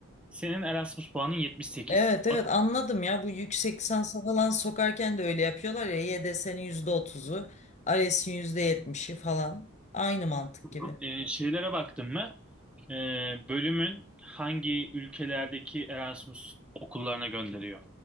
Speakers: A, in the centre; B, on the left.
A: Senin Erasmus puanın 78.
B: Evet evet anladım ya bu yüksek lisansa falan sokarken de öyle yapıyorlar ya y D S'nin yüzde otuz'u, %30'u yüzde yetmiş'i falan aynı mantık gibi.
A: Tamam. Ee, şeylere baktın mı? Ee, bölümün hangi ülkelerdeki Erasmus okullarına gönderiyor?